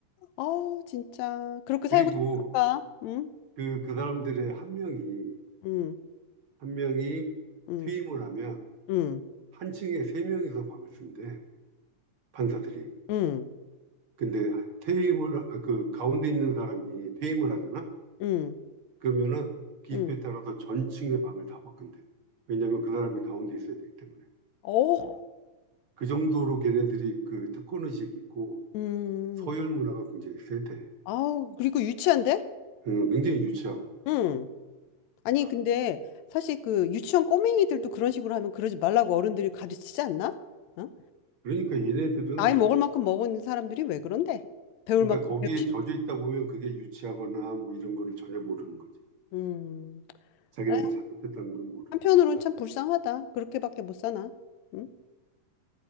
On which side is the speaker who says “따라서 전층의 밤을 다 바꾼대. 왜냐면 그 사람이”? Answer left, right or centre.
Right